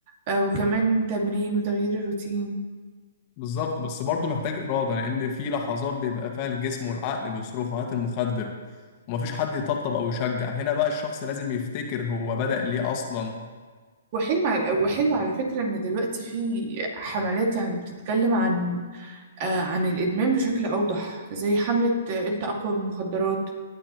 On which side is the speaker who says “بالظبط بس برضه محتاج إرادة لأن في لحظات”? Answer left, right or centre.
Left